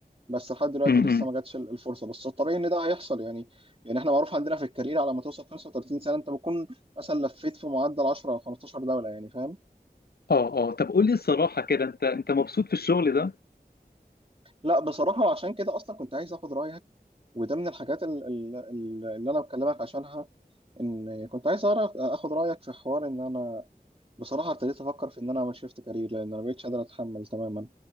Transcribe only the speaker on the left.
مم.
اه اه طب قول لي الصراحة كده انت انت مبسوط في الشغل ده؟